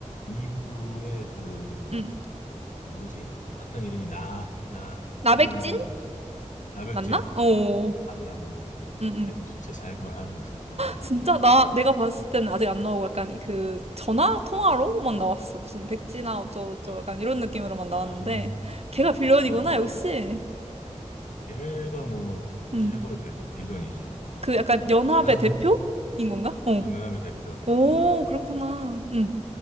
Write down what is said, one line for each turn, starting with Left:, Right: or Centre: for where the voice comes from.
Left: 2부의 그,
Right: 응.
Left: 그 누구지? 악당 이름이 나 나
Right: 나백진?
Left: 나 이름이 뭐지? 나백진.
Right: 맞나? 어,
Left: 아,
Right: 응, 응.
Left: 걔도 진짜 살벌하느라 살벌해요.
Right: 진짜 나 내가 봤을 때는 아직 안 나오고 약간 그 전화 통화로 막 나왔어. 무슨 백지나 어쩌고저쩌고
Left: 아,
Right: 약간 이런 느낌으로만 나왔는데
Left: 아,
Right: 걔가
Left: 어,
Right: 빌런이구나
Left: 어.
Right: 역시.
Left: 걔가 뭐
Right: 음.
Left: 최고의 빌런, 빌런이지. 어.
Right: 그 약간 연합의
Left: 아,
Right: 대표인
Left: 맞다.
Right: 건가? 어.
Left: 아, 연합의 대표.
Right: 오
Left: 어.
Right: 그렇구나. 음.